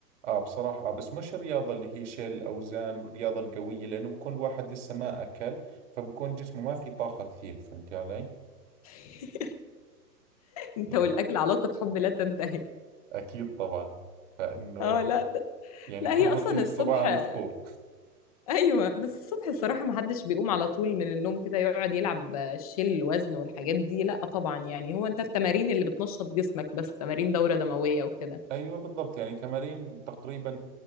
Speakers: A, on the right; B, on the left.
A: اه بصراحة آه بس مش الرياضة اللي هي شيل الأوزان والرياضة القوية لأنه بكون الواحد لسه ما أكل فبكون جسمه ما في طاقة كثير فهمتي علي؟
B: <laughs> انت
A: يعني
B: والاكل علاقه حب لا تنتهي
A: أكيد طبعا فإنه
B: اه لا ت...
A: يعني
B: لا
A: كل
B: هي
A: روتيني
B: اصلا
A: الصباح
B: الصبح
A: عن
B: <laughs>
A: الفطور
B: ايوه بس الصبح الصراحه ما حدش بيقوم على طول من النوم كده يقعد يلعب شيل وزن والحاجات دي لا طبعا يعني هو انت التمارين اللي بتنشط جسمك بس تمارين دوره دمويه وكده
A: <laughs> أيوة بالضبط يعني تمارين تقريبا